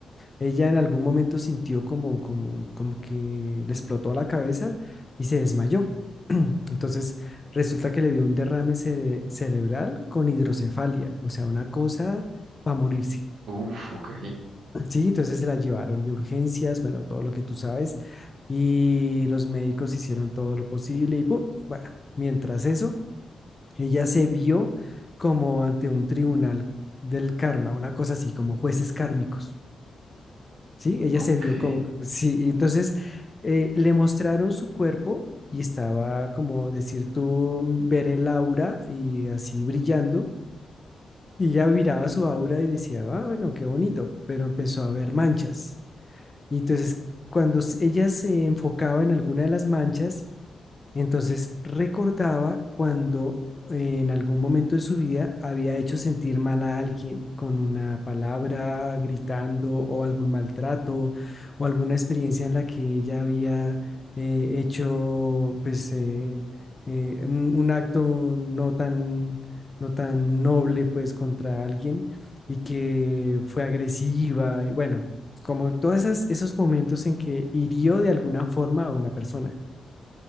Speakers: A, on the left (about 20°); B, on the right (about 90°).
A: Ella en algún momento sintió como, como, como que le explotó la cabeza y se desmayó. <clears throat> Entonces resulta que le dio un derrame cere- cerebral con hidrocefalia, o sea, una cosa para morirse.
B: Uf, ok.
A: <clears throat> Sí, entonces se la llevaron de urgencias, bueno, todo lo que tú sabes, y los médicos hicieron todo lo posible y ¡pum! Bueno, mientras eso, ella se vio como ante un tribunal del karma, una cosa así, como jueces kármicos. Sí, ella
B: Ok.
A: se vio como, sí, y entonces eh, le mostraron su cuerpo y estaba como decir tú, mm, ver el aura y así brillando. Y ella miraba su aura y decía, ah, bueno, qué bonito, pero empezó a ver manchas. Y entonces cuando s- ella se enfocaba en alguna de las manchas, entonces recordaba cuando eh, en algún momento de su vida había hecho sentir mal a alguien con una palabra, gritando o algún maltrato o alguna experiencia en la que ella había eh, hecho pues eh, eh, un, un acto no tan, no tan noble pues contra alguien y que fue agresiva y bueno, como todos esos momentos en que hirió de alguna forma a una persona.